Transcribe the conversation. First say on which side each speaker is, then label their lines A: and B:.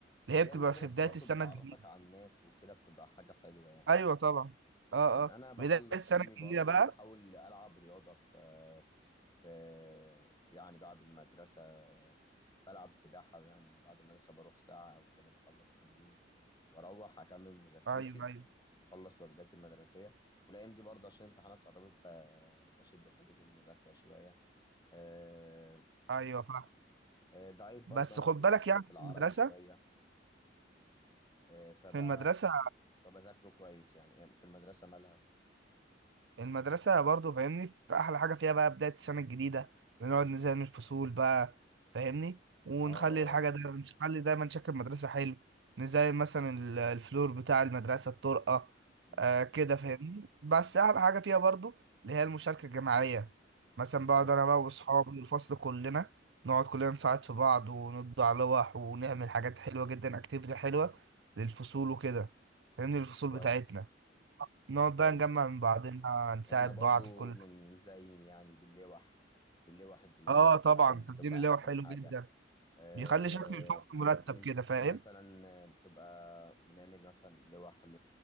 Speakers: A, on the right; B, on the left.
A: اللي
B: هي
A: هي بتبقى
B: المدرسه
A: في بداية
B: برضو
A: السنة
B: بتعرفك
A: الجديدة
B: على الناس وكده بتبقى حاجه حلوه يعني
A: ايوه طبعا اه
B: أمم،
A: اه
B: انا بخلص
A: بداية السنة
B: يومي
A: الجديدة
B: برضو
A: بقى
B: ايه بحاول العب رياضه في في يعني بعد المدرسه بلعب سباحه يعني بعد المدرسه بروح ساعه او كده بخلص تمريني واروح اكمل مذاكرتي
A: ايوه ايوه
B: اخلص واجباتي المدرسيه والايام دي برضو عشان الامتحانات قربت ب- بشد حيلي في المذاكره شويه آه،
A: ايوه فاهم
B: آه، ضعيف برضه
A: بس
B: أنا
A: خد
B: في النحو
A: بالك يعني
B: في العربي
A: في المدرسة
B: شوية آه، فب...
A: في المدرسة
B: فبذاكره كويس يعني آه، في المدرسة مالها
A: المدرسة برضو فاهمني في أحلى حاجة فيها بقى بداية السنة الجديدة بنقعد نزين الفصول بقى فاهمني ونخلي
B: اه اه
A: الحاجة ده نخلي دايما شكل المدرسة حلو نزين مثلا ال- الفلور بتاع المدرسة الطرقة
B: أمم،
A: آه كده فاهمني بس أحلى حاجة فيها برضو اللي هي المشاركة الجماعية مثلا
B: بالظبط
A: بقعد أنا بقى وأصحابي والفصل كلنا نقعد كلنا نساعد في بعض ونطبع لوح ونعمل حاجات حلوة جدا أكتيفيتي حلوة للفصول وكده فاهمني الفصول
B: كويس
A: بتاعتنا نقعد
B: كويس
A: بقى نجمع من بعضنا نساعد
B: احنا برضو
A: بعض في كل
B: من زين يعني باللوح باللوح الدينية
A: اه
B: عامة
A: طبعا
B: بتبقى
A: تدين اللي
B: أحسن
A: هو حلو
B: حاجة
A: جدا
B: آه
A: بيخلي شكل الفصل مرتب
B: نز-
A: كده فاهم
B: مثلا آه، بتبقى بنعمل مثلا لوح ل...